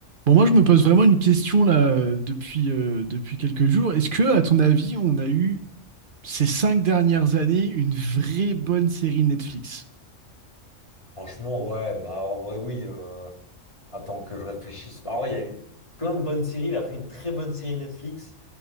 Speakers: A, on the right; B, on the left.
A: Bon, moi, je me pose vraiment une question là euh, depuis, euh, depuis quelques jours. Est-ce que, à ton avis, on a eu ces cinq dernières années une vraie bonne série Netflix?
B: Franchement, ouais, bah en vrai, oui. euh, Attends que je réfléchisse. Bah, En vrai, il y a eu plein de bonnes séries. Il y a eu une très bonne série Netflix.